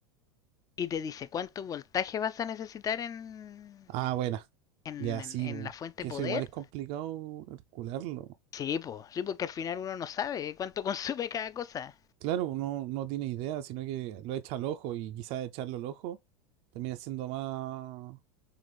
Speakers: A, on the left (about 25°); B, on the right (about 45°).
A: y te dice cuánto voltaje vas a necesitar en,
B: Ah, buena.
A: en,
B: Ya
A: en-
B: sí,
A: en
B: bu.
A: la fuente
B: Que
A: poder.
B: eso igual es complicado calcularlo.
A: Sí, po, sí, porque al final uno no sabe cuánto <laughs> consume cada cosa.
B: Claro, uno no tiene idea, sino que lo echa al ojo y quizás echarlo al ojo termina siendo más,